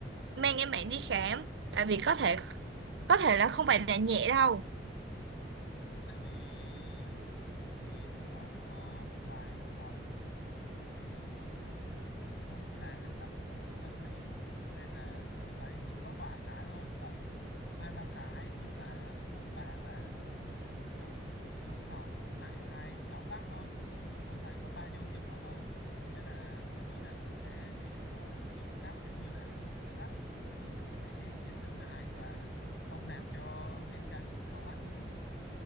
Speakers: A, on the right (about 80°); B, on the left (about 75°).
A: mang em bạn đi khám tại vì có thể có thể là không phải là nhẹ đâu
B: Ừ. tại vì thì nó có vài hành động thì tôi nghĩ nó cũng là hành động của tâm lý nên là tôi thấy chỉ có vài cái thôi tầm hai ba cái như là buồn bã và tự nhốt mình trong trong phòng với lại hay cáu gắt thôi tôi thấy có ba dấu hiệu đó thôi nên là tôi nghĩ là mình sẽ sử dụng ờ, một số cách giống như là cáu gắt thì mình sẽ dễ tính lại và không làm cho em trai mình cáu gắt nữa